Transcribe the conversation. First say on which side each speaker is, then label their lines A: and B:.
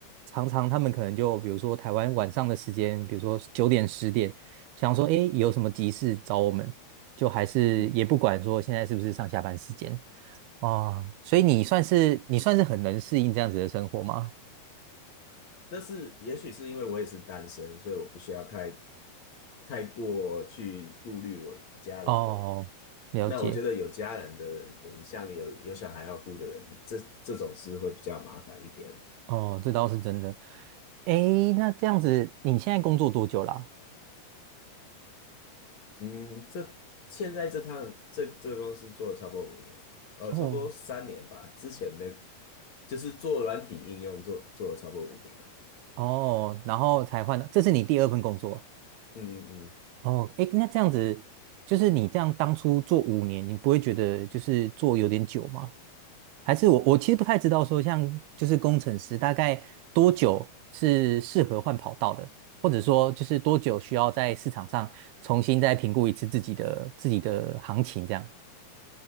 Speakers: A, on the right; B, on the left.
A: 常常他们可能就比如说台湾晚上的时间，比如说九点十点，想说诶有什么急事找我们，就还是也不管说现在是不是上下班时间
B: 嗯
A: 哦，所以你算是你算是很能适应这样子的生活吗？
B: 但是也许是因为我也是单身，所以我不需要太太过去顾虑我家人的。
A: 哦，了解，
B: 那我觉得有家人的人，人像有有小孩要顾的人，这这种事会比较麻烦一点。
A: 哦，这倒是真的。诶，那这样子你现在工作多久啦？
B: 嗯，这现在这趟这这个公司做了差不多五年，呃，
A: 哦
B: 差不多三年吧。之前的就是做软体应用做做了差不多五年。
A: 哦，然后才换的，这是你第二份工作。
B: 嗯嗯，嗯，
A: 哦，哎，那这样子，就是你这样当初做五年，你不会觉得就是做有点久吗？还是我我其实不太知道说，像就是工程师大概多久是适合换跑道的，或者说就是多久需要在市场上重新再评估一次自己的自己的行情这样。